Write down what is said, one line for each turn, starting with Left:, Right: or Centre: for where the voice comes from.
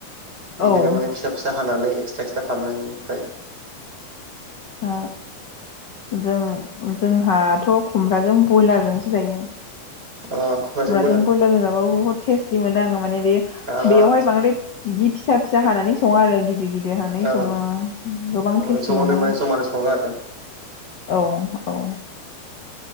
Right: बिदिनो
Left: औ ओ
Right: माने फिसा फिसा हानानै एक्सट्रा एक्सट्रा खालामनायनिफ्राय।
Left: ओ। जों-जोंहाथ' खुमब्राजों बयलारजोंसो जायो।
Right: ओ खुमब्राजों
Left: खुम्राजों बयलारजों जाबाबो बुहुद टेस्टि मोनो आङो माने बे
Right: ओ
Left: बेवहाय
Right: आदसा
Left: बांद्राय बिदि फि फिसा फिसा हानानै सङो आरो गिदिर गिदिर हानानै
Right: औ
Left: सङो गोबां
Right: औ
Left: टेस्टि
Right: ज'नो
Left: मोनो।
Right: माने जमानो सङो आरो
Left: औ-औ।